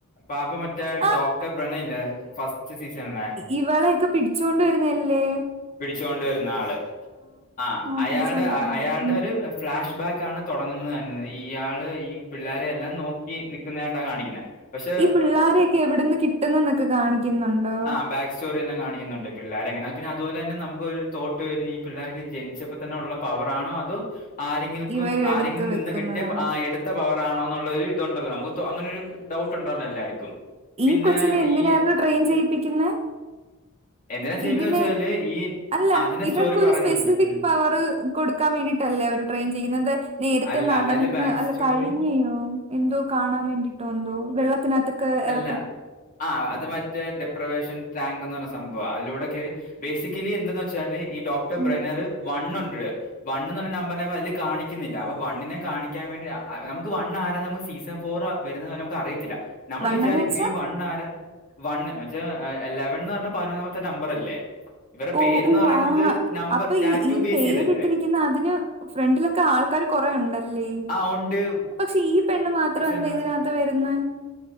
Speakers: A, on the left; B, on the right.
A: പാപ്പ മറ്റേ
B: ആഹ്
A: ഡോക്ടർ ബ്രണ ഇല്ലേ ഫസ്റ്റ് സീസണിലെ
B: ഇവളൊക്കെ പിടിച്ചു കൊണ്ട് വരുന്നല്ലേ
A: പിടിച്ചുകൊണ്ട വരുന്ന ആള് ആ്
B: ആഹ്
A: അയാളുടെ
B: പിടിച്ചോണ്ട് വരുന്നാള്
A: അയാളുടെ
B: ഉം
A: ഒരു ഫ്ലാഷ് ബാക്ക് ആണ് തുടങ്ങുന്നത് തന്നത് ഈയാള് ഈ പിള്ളോരെയ എല്ലാം നോക്കി നിക്കുന്നതായിട്ടാ കാണിക്കുന്നത് പക്ഷെ
B: ഈ പിള്ളോരെയൊക്കെ എവിടന്ന് കിട്ടുന്ന എന്നൊക്കെ കാണിക്കുന്നുണ്ടോ
A: ആ ബാക്ക് സ്റ്റോറി എല്ലാം കാണിക്കുന്നുണ്ട് പിള്ളേരെ എങ്ങനെ പിന്നെ അതുപോലെ തന്നെ നമുക്ക് ഒരു തോട്ട് വരും ഈ പിള്ളേർക്ക് ജനിച്ചപ്പോ തന്നെ ഉള്ള പവറാണോ അതത് ആരെങ്കൾക്കും
B: ഇവരെടുത്ത്
A: ആരെങ്കിലും
B: വെക്കുന്നതാണ്
A: നിന്ന് കിട്ടിയ ആ എടുത്ത് പവർ ആണോ എന്നുള്ളരു ഇതുണ്ടല്ലോ നമുക്ക് അങ്ങനെ ഒരു ഡൗട്ട് ഉണ്ടല്ലോ എല്ലാവർക്കും പിന്നെ
B: ഈ കൊച്ചിനെ എന്തിനായിരുന്നു
A: ഈ
B: ട്രെയിൻ ചെയ്യിപ്പിക്കുന്നെ
A: എന്തിനാ ചെയ്യ
B: ഇതിനെ
A: എന്നച്ചാല് ഈ
B: അല്ല
A: അതിനെ
B: ഇവർക്കൊരു
A: സ്റ്റോറി പറയുന്നുണ്ട്
B: സ്പെസിഫിക്
A: ഉം
B: പവർ കൊടുക്കാൻ വേണ്ടിയിട്ടല്ലേ അവര് ട്രെയിൻ ചെയ്യുന്നത് എന്താ നേരത്തെ
A: അല്ല
B: നടന്ന്
A: അതില് ബാക്ക്
B: അല്ല
A: സ്റ്റോറി
B: കഴിഞ്ഞോ എന്തോ കാണാൻ വേണ്ടിട്ടോ എന്തോ വെള്ളത്തിനകത്തൊക്ക ഇറ
A: രായി ആ അത് മറ്റ തെൻ ഡിപ്രവേഷൻ ടാങ്ക് എന്ന് പറഞ്ഞ സംഭവം അതിലൂടെ കെയറി ബേസിക്കലി എന്തന്ന് വെച്ചാല് ഈ ഡോക്ടർ
B: ഉം
A: ബ്രനർ വൺ ഒണ്ട് വണ്ണന്ന് പറഞ്ഞ നമ്പർ അതില് കാണിക്കുന്നില്ല അപ്പൊ വണ്ണിനെ കാണിക്കാൻ വേണ്ടി നമുക്ക് വണ്ണ ആര നമുക്ക് സീസൺ ഫോർ വെരുന്നത് വരെ നമുക്ക് അറിയത്തില്ല നമ്മൾ
B: വണ്ണംന്ന്
A: വിചാരിക്കും
B: വെച്ചാ
A: ഈ വൺ ആര വൺ മറ്റേ എലവൻന്ന് പറഞ്ഞ പതിനൊന്നാമത്തെ നമ്പർ അല്ലേ ഇവരുടെ
B: ഓ
A: പേര് എന്ന്
B: ഓ
A: പറയുന്നത്
B: ആ
A: നമ്പർ
B: അപ്പൊ
A: ടാറ്റു
B: ഈ ഈ
A: ബേസ്
B: പേരിട്ടിരിക്ക
A: ചെയ്തല്ലേ
B: അതിന് ഫ്രണ്ടിലൊക്കെ ആൾക്കാാര് കൊറേ ഒണ്ടല്ലേ ഉം
A: ആ ഉണ്ട്.
B: പക്ഷെ ഈ പെണ്ണ് മാത്രം എന്താ
A: എല്ലാം
B: ഇതിനാത്ത്
A: ഉണ്ട്.
B: വരുന്നെ